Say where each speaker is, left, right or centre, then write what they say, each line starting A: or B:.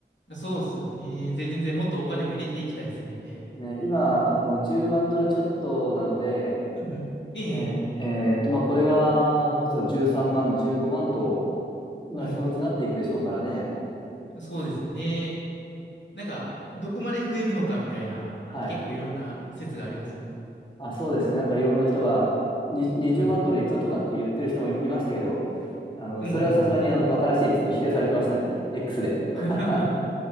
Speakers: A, on the left; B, on the left.
A: そうっすよね。全然もっとお金も入れていきたいですね。
B: ね、今、あの、10万ドルちょっとなので、
A: うんうん。ええ、
B: えーえーっと、まあ、これが、もうすぐ13万、15万と、まあ、
A: はい。
B: そのうちなっていくでしょうからね。
A: そうですね。なんか、どこまで増えるのかみたいな、
B: はい。
A: 結構いろんな説がありますよね。
B: あ、そうですね。なんかいろんな人が、に20万ドルいくとかって言ってる人もいいましたけど、
A: はい。
B: あの、
A: うんうんうん。
B: それはさすがに、あの、バカらしいっつって否定されてましたね。X で。<laughs>
A: <laughs>